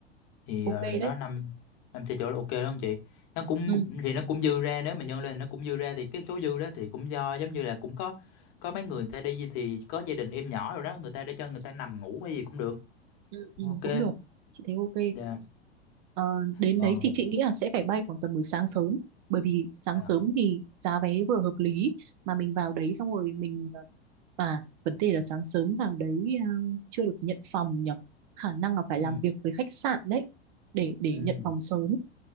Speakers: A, on the left; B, on the right.
A: thì
B: Ok
A: ờ, đó
B: đấy.
A: năm năm xe chỗ là ok đó không chị nó cũng
B: Ừ.
A: thì nó cũng dư ra nếu mà nhân lên nó cũng dư ra thì cái số dư đó thì cũng do giống như là cũng có có mấy người ta đi thì có gia đình em nhỏ rồi đó người ta để cho người ta nằm ngủ hay gì cũng được
B: Ừ. Ừ.
A: ok
B: Cũng được. Chị thấy ok.
A: dạ
B: Ờ, đến
A: ờ
B: đấy thì chị nghĩ là sẽ phải bay khoảng tầm buổi sáng sớm bởi vì sáng
A: dạ
B: sớm thì giá vé vừa hợp lý mà mình vào đấy xong rồi mình à vấn đề là sáng sớm vào đấy à, chưa được nhận phòng nhỉ khả năng là phải
A: ừ
B: làm việc với khách sạn đấy để để
A: ừ
B: nhận phòng sớm